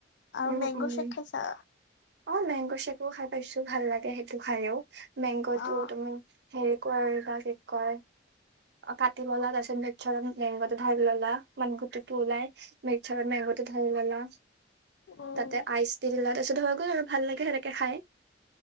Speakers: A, on the left; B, on the right.
A: আৰু
B: উম,
A: মেংগ'
B: উম।
A: চেক খাইছা?
B: অ <unintelligible> খাই পাইছো, ভাল লাগে সেইটো খাইও। মেংগ'টো
A: অ',
B: তুমি হেৰি কৰিবা কি কয়, কাটি ললা তাৰ পিছত মিক্সাৰত মেংগটো ঢালি ললা মানে গুটিটো ওলাই মিক্সাৰত মেংগটো ঢালি ল'লা
A: উম,
B: তাতে আইচ দি দিলা, তাৰপিছত হৈ গ'ল আৰু ভাল লাগে সেনেকে খাই।